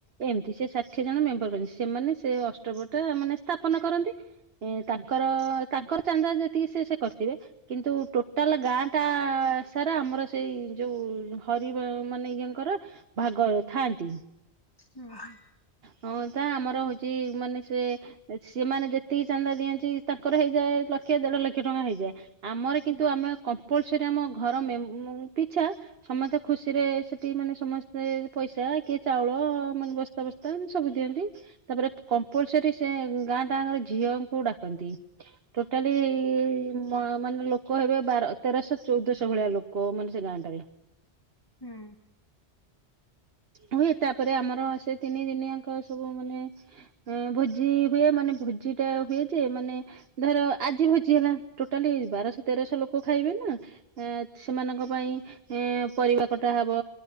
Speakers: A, on the right (about 65°); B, on the left (about 20°).
A: ଏମିତି ସେ ଷାଠିଏ ଜଣ ମେମ୍ବର କରନ୍ତି ସେମାନେ ସେ ଅଷ୍ଟପରୀ ଟା ମନେ ସ୍ଥାପନ କରନ୍ତି। ଏ ତାଙ୍କର ତାଙ୍କର ଚାନ୍ଦା ଯେତିକି ସେ ସେ କରିଥିବେ। କିନ୍ତୁ ଟୋଟାଲ ଗାଁ ଟା ସାରା ଆମର ସେଇ ଯୋଉ ହରିବ ମାନେ ଇଏଙ୍କର। ଭାଗ ଥାଆନ୍ତି।
B: ହୁଁ ହୁ।
A: ହଁ ତା ଆମର ହଉଛି ମାନେ ସେ ସେମାନେ ଯେତିକି ଚାନ୍ଦା ଦିଅନ୍ତି ତାଙ୍କର ହେଇଯାଏ ଲଖେ ଦେଢ ଲକ୍ଷ ଟଙ୍କା ହେଇଯାଏ। ଆମର କିନ୍ତୁ
B: ହୁଁ
A: ଆମେ କମ୍ପଲସରି ଆମ ଘର ମେ ମ ପିଛା। ସମତେ ଖୁସି ରେ ସେଠି ମାନେ ସମସ୍ତେ ପଇସା କିଏ ଚାଉଳ ମାନେ ବସ୍ତା ବସ୍ତା ମ ସବୁ ଦିଅନ୍ତି। ତାପରେ କମ୍ପଲସରୀ ସେ ଗାଁ ଟାଙ୍କର ଝିଅଙ୍କୁ ଡାକନ୍ତି। ଟୋଟାଲି ମାନେ ଲୋକ ହେବେ ବାର ତେରଶହ ଚଉଦଶହ ଭଳିଆ ଲୋ କୋଉ ମାନେ ସେ ଗାଁ ଟାରେ।
B: ହୁଁ।
A: ହୁଏ ତାପରେ ଆମର ସେ ତିନି ଦିନି ଆଙ୍କ ସବୁ ମାନେ ଏଁ ଭୋଜି ହୁଏ ମାନେ ଭୋଜି ଟା ହୁଏ ଯେ ମାନେ ଧର ଆଜି ଭୋଜି ହେଲା ଟୋଟାଲି ବାରଶହ ତେରଶହ ଲୋକ ଖାଇବେ ନା ଏ ସେମାନଙ୍କ ପାଇଁ ଏଁ ପରିବା କଟା ହବ।